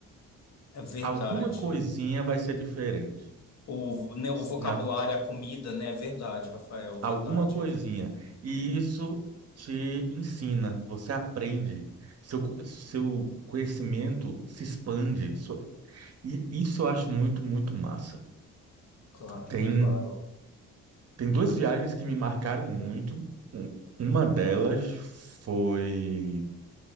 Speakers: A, on the left; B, on the right.
A: É verdade.
B: Alguma coisinha vai ser diferente.
A: O, né, o vocabulário,
B: Na,
A: a comida, né? É verdade, Rafael, verdade.
B: alguma coisinha. E isso te ensina, você aprende, seu, co- seu conhecimento se expande. sua- e isso eu acho muito, muito massa.
A: Claro,
B: Tem,
A: claro.
B: tem duas viagens que me marcaram muito. Um- Uma delas foi